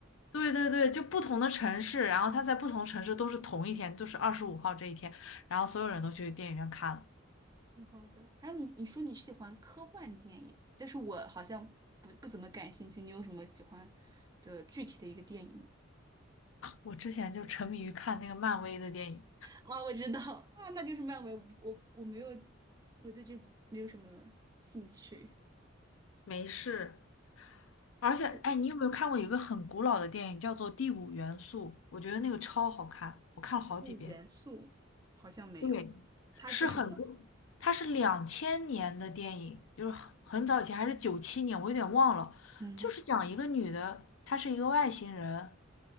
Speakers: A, on the left; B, on the right.
A: 对对对，就不同的城市，然后他在不同城市都是同一天，就是二十五号这一天，然后所有人都去电影院看了。
B: 挺好的。还有你，你说你喜欢科幻电影，但是我好像不不怎么感兴趣。你有什么喜欢的具体的一个电影吗？
A: 我之前就沉迷于看那个漫威的电影，
B: 啊，我知道 <laughs> 啊，那就是漫威。我我我没有，我对这没有什么兴趣。
A: 没事。而且，
B: 是
A: 哎，你有没有看过一个很古老的电影，叫做《第五元素》？我觉得那个超好看，我看了好几遍。
B: 嗯，元素好像没有，
A: 对，
B: 它是什么？
A: 是很多，它是两千年的电影，就是很很早以前，还是九七年，我有点忘了。
B: 嗯，
A: 就是讲一个女的，她是一个外星人，